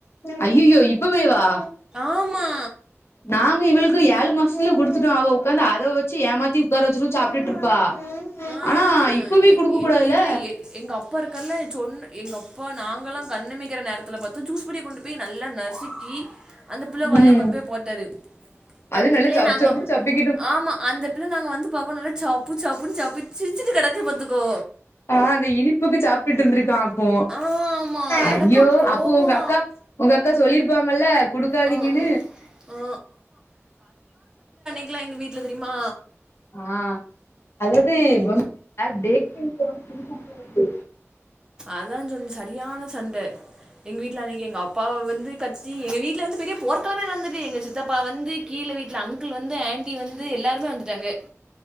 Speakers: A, on the left; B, on the right.
A: ஐயயோ இப்பவேவா
B: ஆமா
A: நாங்க இவளுக்கு ஏழு மூணு மாஸத்துலே குடுத்துட்டோம் அவ உக்காந்து அழுவ வச்சு ஏமாத்தி உக்கார வச்சி சாப்ட்டுட்டு இருப்பா
B: ஆ
A: ஆனா இப்பமே
B: எங்
A: குடுக்க
B: எங்க
A: கூடாதுல
B: வீட்டுல எங் எங்க அப்பா இருக்காருல சொன்ன எங்க அப்பா நாங்கல்லாம் கண்ணமைக்கிற நேரத்தில பாத்த அந்த ஜூஸ் பெரிய கொண்டு போய் நல்லா நசுக்கி அந்த புள்ள வாயில
A: ம்
B: கொண்டு போய் போட்டாரு
A: அது
B: அந்த
A: நல்லா
B: பிள்ளைய
A: சப்
B: நாங்க
A: சப்புன்னு சப்பிகி
B: ஆமா அந்த பிள்ள நாங்க வந்து பாக்கோம் நல்லா சப்பு சப்புன்னு சப்பி சிரிச்சிட்டு கிடக்கு பாத்துக்கோ
A: ஆஹ் அந்த இனிப்புக்கு சாப்டுட்டு இருந்துருக்கான் ஓ
B: ஆமா
A: ஐயோ
B: எனக்கு கோவமா
A: அப்போ உங்க அக்கா உங்க அக்கா சொல்லிருப்பாங்கல்ல குடுக்காதீங்கன்னு
B: ஆ ஆ ஆ இல்ல எங்க வீட்டுல தெரியுமா
A: ஆஹ் அது எது பேக்கிங் சோடா குடுக்க கூடாது
B: அதான் சொன்ன சரியான சண்ட எங்க வீட்டுல அன்னைக்கு எங்க அப்பாவ வந்து கத்தி எங்க வீட்டுல வந்து பெரிய போர்க்களமே நடந்துட்டு எங்க சித்தப்பா வந்து கீழ் எங்க வீட்டுல அங்கிள் வந்து ஆண்டி வந்து எல்லாருமே வந்துட்டாங்க